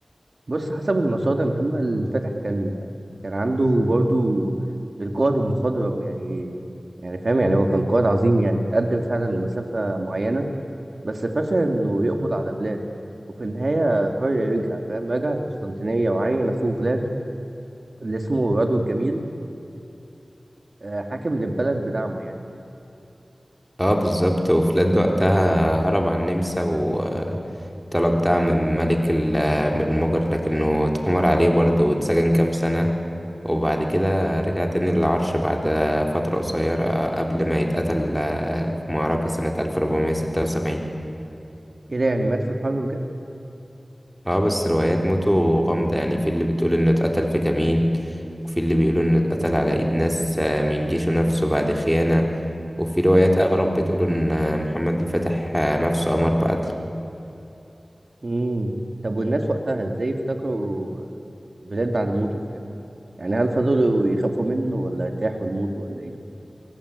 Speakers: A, on the right (about 65°); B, in the centre.
A: بص حسب المصادر محمد فتح كان كان عنده برضو القائد المخضرم يعني يعني فاهم يعني هو كان قائد عظيم يعني تقدم فعلا لمسافة معينة بس فشل إنه يقبض على بلاد وفي النهاية قرر يرجع فاهم رجع القسطنطينية وعين أخوه فلاد اللي اسمه رادو الجميل آه، حاكم للبلد بدعمه يعني
B: اه بالظبط وفلاد وقتها هرب على النمسا وطلب دعم من ملك ال- آه، من المجر لكنه اتأمر عليه برضه واتسجن كام سنة وبعد كده رجع تاني للعرش بعد فترة قصيرة قبل ما يتقتل آه، في معركة سنة ألف وأربعمائة وستة وسبعين
A: كده يعني مات في الحرب بجد
B: اه بس روايات موتو غامضة يعني في اللي بتقول انه اتقتل في كمين وفي اللي بيقولوا انه اتقتل على ايد ناس آه، من جيشه نفسه بعد خيانة وفي روايات اغرب بتقول ان آه، محمد الفاتح آه، نفسه امر بقتله
A: مم. طب والناس وقتها ازاي افتكروا بلاد بعد موته فاهم يعني هل فضلوا يخافوا منه ولا ارتاحوا لموته ولا ايه